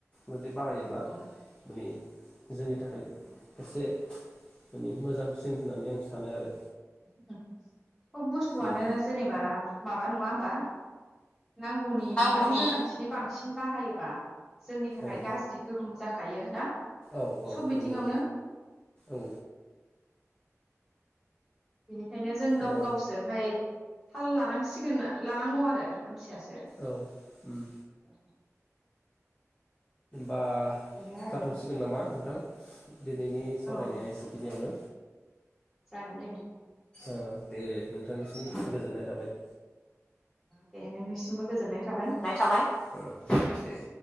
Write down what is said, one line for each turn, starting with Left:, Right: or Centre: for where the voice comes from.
Left: जुदि बाहायोब्ला
Centre: औ
Left: माने जोंनि थाखाय एसे माने मोजांसिन होननानै आं सानो आरो
Centre: ह सब बुस्थुआनो
Left: उम
Centre: जेनेबा माबा नङा होमबा नांगौनि
Left: नांगौनि
Centre: माने गोनांथिनि बांसिन नों बाहायोबा जोंनि थाखाय
Left: औ
Centre: गाज्रि गोहोम जाखायो ना
Left: औ औ
Centre: सब बिथिङावनो
Left: नंगौ औ
Centre: बेनिखायनो जों गाव
Left: औ
Centre: गावसोहाय थाल लानांसिगोन लानांगौ आरो <unintelligible>
Left: औ उम बा
Centre: बेनो आरो
Left: जाथ'सिगोन नामा नोंथां दिनैनि सावरायनाया
Centre: औ
Left: एसेखिनियावनो
Centre: जागोन दे
Left: अ दे दे नोंथांनिसिम गोजोननाय थाबाय
Centre: दे नोंनिसिमबो गोजोननाय थाबाय
Left: नाय थाबाय दे